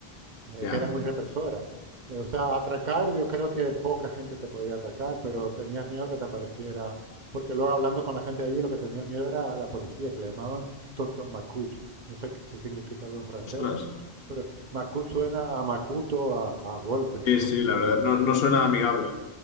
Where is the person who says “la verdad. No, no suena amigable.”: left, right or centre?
Left